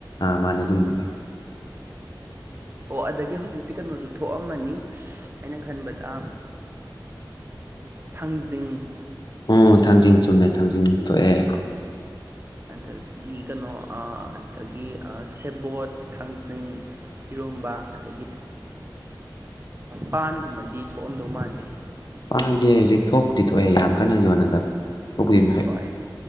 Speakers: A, on the left; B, on the right.
A: ꯃꯥꯅꯦ ꯑꯗꯨꯝꯕ ꯃꯇꯝ
B: ꯑꯣ ꯑꯗꯒꯤ ꯍꯧꯖꯤꯛꯁꯤꯦ ꯀꯩꯅꯣꯁꯨ ꯊꯣꯛꯑꯝꯃꯅꯤ ꯑꯩꯅ ꯈꯟꯕꯗ ꯊꯥꯡꯖꯤꯡ
A: ꯑꯣ ꯊꯥꯡꯖꯤꯡ ꯆꯨꯝꯃꯦ ꯊꯥꯡꯖꯤꯡ ꯊꯣꯛꯑꯦ
B: ꯑꯗꯒꯤ ꯀꯩꯅꯣ ꯑꯗꯒꯤ ꯁꯦꯕꯣꯠ ꯊꯥꯡꯖꯤꯡ ꯏꯔꯣꯝꯕ ꯑꯗꯒꯤ ꯄꯥꯟꯒꯨꯝꯕꯗꯤ ꯊꯣꯛꯑꯝꯗꯧ ꯃꯥꯟꯗꯦ
A: ꯃꯥꯁꯦ ꯍꯧꯖꯤꯛ ꯊꯣꯛꯄꯨꯗꯤ ꯊꯣꯛꯑꯦ ꯌꯥꯝ ꯀꯟꯅ ꯌꯣꯟꯅꯗꯕ ꯊꯣꯛꯄꯨꯗꯤ ꯊꯣꯛꯑꯦ
B: ꯍꯣꯏ